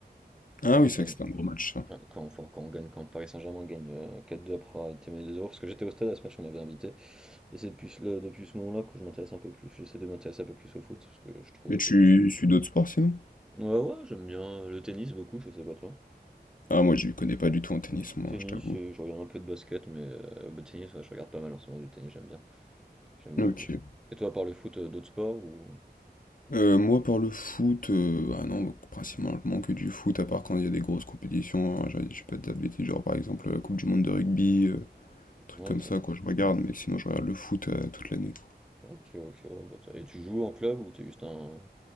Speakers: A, on the left; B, in the centre.
A: Ah
B: Quand
A: oui,
B: on gagne,
A: c'est vrai que c'était un gros match, ça.
B: ouais, quand, enfin, quand on gagne, quand le Paris Saint-Germain gagne euh, 4-2 après avoir été mené deux 0 parce que j'étais au stade à ce match, on m'avait invité, et c'est depuis, ce- le- depuis ce moment-là que je m'intéresse un peu plus, j'essaie de m'intéresser un peu plus au foot, parce que je trouvais
A: Mais
B: que...
A: tu suis d'autres sports sinon?
B: Ouais, ouais, j'aime bien euh, le tennis beaucoup, je sais pas toi.
A: Ah, moi, je connais pas du tout en tennis,
B: Mm.
A: moi,
B: Tennis,
A: je t'avoue.
B: euh, je regarde un peu de basket, mais euh, le tennis, ouais, je regarde pas mal en ce moment du tennis, j'aime bien, j'aime
A: Ok.
B: beaucoup. Et toi, par le foot, euh, d'autres sports ou...
A: Euh, moi, pour le foot, euh, ah non, principalement que du foot, à part quand il y a des grosses compétitions. hein, j'ai- je vais pas te dire de bêtises, genre par exemple la Coupe du Monde de rugby, euh, trucs
B: Ok,
A: comme ça, quoi, je regarde, mais sinon, je regarde le foot euh, toute l'année, quoi.
B: ok, ok, ouais, bah, t'as- et tu joues en club ou t'es juste un,